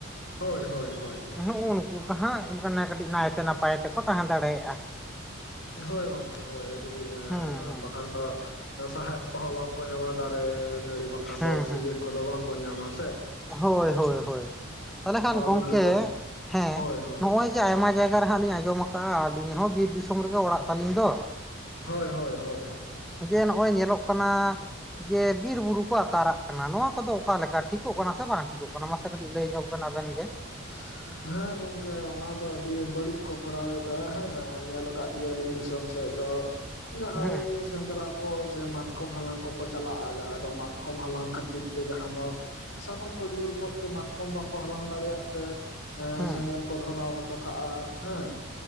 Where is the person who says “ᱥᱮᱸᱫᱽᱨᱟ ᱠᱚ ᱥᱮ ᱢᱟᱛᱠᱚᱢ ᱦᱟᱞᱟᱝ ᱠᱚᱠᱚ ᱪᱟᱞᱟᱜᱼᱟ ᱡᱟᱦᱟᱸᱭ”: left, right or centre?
Left